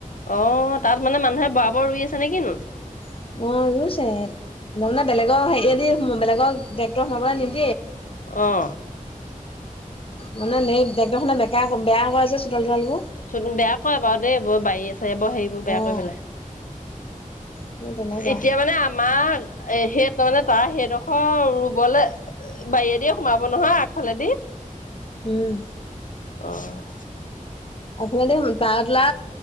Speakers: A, on the left; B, on the left.
A: অ', তাত মানে মানুহে বৰা বৰ ৰুই আছে নে কিনো।
B: অ', ৰুইছে তাৰপানে বেলেগৰ হে বেলেগৰ টেক্টৰ সমৰ পৰা নি
A: অ'।
B: মানে সেই বকৰখনে বেকা বেয়া কৰা যে চোতাল তোতালবোৰ।
A: চোন বেয়া ক বাৰু দেই বৰ বাৰী আছে বৰ হেৰিবোৰ বেয়া
B: অ'
A: কৰি পেলাই।
B: সেই তেনেকুৱা
A: এতিয়া মানে আমাৰ এ সেই তাৰানে তাৰ সেইডোখৰ ৰুবলৈ বাৰিয়ে দিয়ে সোমাব নহয় আগফালেদি <inaudible>
B: উম।
A: অ'।
B: আপোনাল দে পাৰতলা